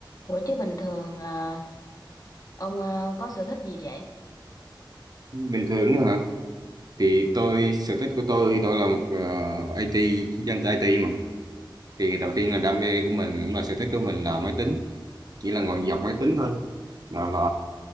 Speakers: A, on the left; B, on the right.
A: Ủa chứ bình thường à, ông à, có sở thích gì vậy?
B: bình thường đó hả thì tôi sở thích của tôi tôi là một ờ, IT dân IT mà thì đầu tiên là đam mê của mình cũng là sở thích của mình là máy tính chỉ là ngồi dọc máy tính thôi nào là